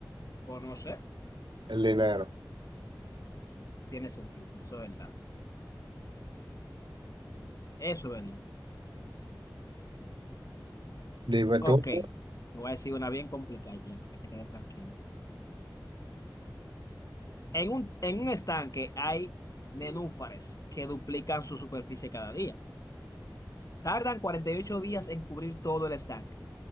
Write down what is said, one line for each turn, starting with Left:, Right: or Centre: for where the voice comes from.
Left: O no sé.
Right: el dinero.
Left: Tiene sentido. Eso es verdad. Eso es verdad.
Right: Dime
Left: Ok.
Right: tú,
Left: Te voy a decir una bien complicada, ya, para que te quede tranquilo. En un, en un estanque hay nenúfares que duplican su superficie cada día. Tardan 48 días en cubrir todo el estanque.